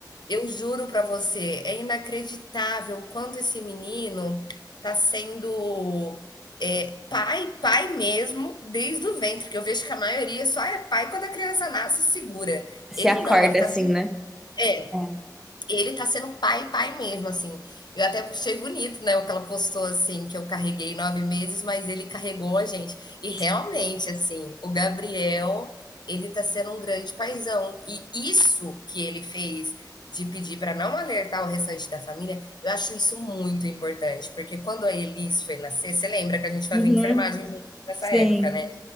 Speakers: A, on the left; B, in the centre.
A: eu juro para você, é inacreditável o quanto esse menino tá sendo, eh, pai, pai mesmo, desde o ventre, porque eu vejo que a maioria só é pai quando a criança nasce e segura.
B: Se
A: Ele
B: acorda
A: não, ele tá
B: assim,
A: sendo
B: né?
A: é.
B: É.
A: Ele tá sendo pai, pai mesmo, assim. Eu até achei bonito, né, o que ela postou, assim, que eu carreguei 9 meses, mas ele carregou a gente. E realmente,
B: Sim.
A: assim, o Gabriel, ele tá sendo um grande paizão. E isso que ele fez de pedir para não alertar o restante da família, eu acho isso muito importante, porque quando a Elis foi nascer, você lembra que a gente fazia
B: Uhum.
A: enfermagem junto nessa
B: Sim.
A: época, né?